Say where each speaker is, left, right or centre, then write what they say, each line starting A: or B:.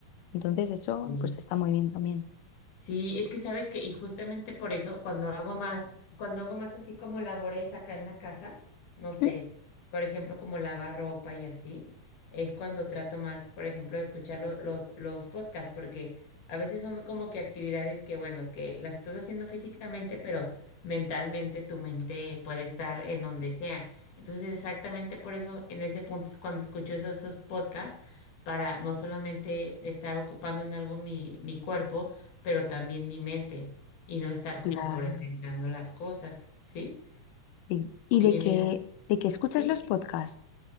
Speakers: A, on the left (about 80°); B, on the left (about 65°).
A: Entonces eso
B: sí.
A: pues está muy bien también.
B: Sí, es que sabes que, y justamente por eso, cuando hago más, cuando hago más así como labores acá en la casa, no sé,
A: ¿Mm?
B: por ejemplo, como lavar ropa y así, es cuando trato más, por ejemplo, de escuchar lo- lo- los podcasts, porque a veces son como que actividades que, bueno, que las estás haciendo físicamente, pero mentalmente tu mente puede estar en donde sea. Entonces, exactamente por eso, en ese punto es cuando escucho esos, esos podcasts, para no solamente estar ocupando en algo mi mi cuerpo, pero también mi mente y no estar como
A: Claro,
B: sobrepensando las cosas, ¿sí?
A: sí. Y
B: Oye,
A: de que,
B: mira,
A: de que escuchas
B: ¿sí?
A: los podcasts.